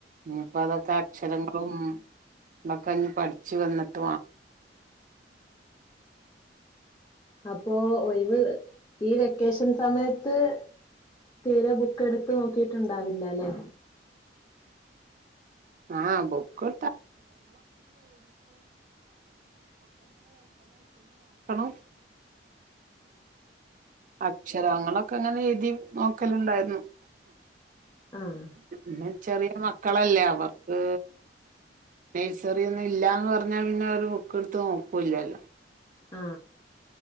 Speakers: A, on the right; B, on the left.
A: ഇനിയിപ്പോ അതൊക്കെഅക്ഷരങ്ങളുംതൊക്കെ പഠിച്ച് വന്നിട്ട
B: അപ്പോ ഒഴിവ് ഈ വെക്കേഷൻ സമയത്ത് തീരെ ബുക്ക് എടുത്തു നോക്കിയിട്ടുണ്ടാ വില്ലല്ലോ അല്ലേ
A: ആ ബുക്ക് <unintelligible> അക്ഷരങ്ങളൊക്കെ അങ്ങനെ എഴുതി നോക്കൽ ഉണ്ടായിരുന്നു
B: ആഹ്
A: ന്നെ ചെറിയ <unintelligible> ക്കളല്ലേ അവർക്ക് നഴ്സറി ഇന്ന് ഇല്ലാന്ന് പറഞ്ഞാൽ പിന്നെ അവര് ബുക്ക്ടുത്ത് നോക്കുകയില്ല
B: ആ